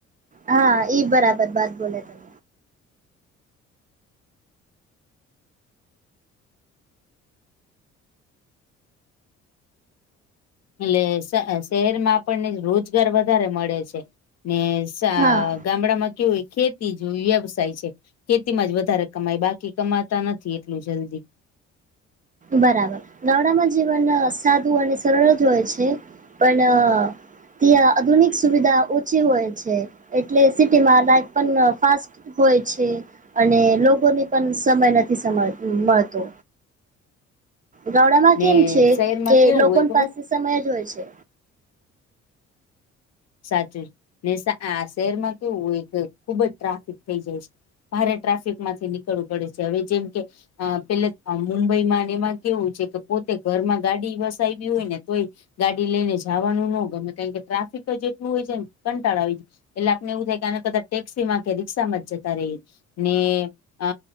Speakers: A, on the right; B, on the left.
A: હા ઈ બરાબર બાત બોલ્યા તમ
B: એટલે શ શહેરમાં આપણને રોજગાર વધારે મળે છે ને શા
A: હા
B: ગામડામાં કેવું હોય ખેતી જેવી વ્યવસાય છે, ખેતી માંજ વધારે કમાય બાકી કમાતા નથી એટલું જલ્દી,
A: બરાબર ગામડામાં જીવન સાદુ અને સરળજ હોય છે પણ, ત્યાં આધુનિક સુવિધા ઓછી હોય છે એટલે સિટીમાં લાાઈફ પણ અ ફાસ્ટ, હોય છે અને લોકોને પણ સમય નથી મળતો, ગામડામાં
B: ને
A: કેમ છે
B: શહેરમાં
A: કે
B: કેવું
A: લોકો
B: હોય ખબર
A: ની પાસે સમયજ હોય છે,
B: સાચું જ ને આ શહેરમાં કેવું હોય કે ખુબ જ ટ્રાફિક થઈ જાય છે, ભારે ટ્રાફિકમાંથી નીકળવું પડે છે હવે જેમ કે, અ પેલે અ મુંબઈમાં ને એમાં કેવું છે કે પોતે ઘરમાં ગાડી વસાવી હોય ને તોય, ગાડી લઈને જવાનું નો ગમે કારણ કે ટ્રાફિક એટલું હોય છે ને કંટાળો આવી જાય, એટલે આપને એવું થાય કે આના કરતા ટેક્સી માં કે રિક્ષા માં જ જતા રહીએ ને, અ